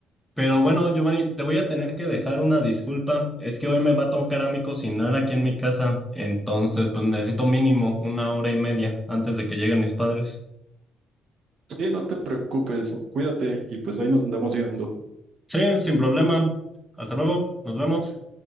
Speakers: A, in the centre; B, on the right (about 65°).
A: Pero bueno, Giovanni, te voy a tener que dejar una disculpa. Es que hoy me va a tocar a mí cocinar aquí en mi casa. Entonces, pues necesito mínimo una hora y media antes de que lleguen mis padres.
B: Sí, no te preocupes, cuídate y pues ahí nos andamos viendo.
A: Sí, sin problema. Hasta luego, nos vemos.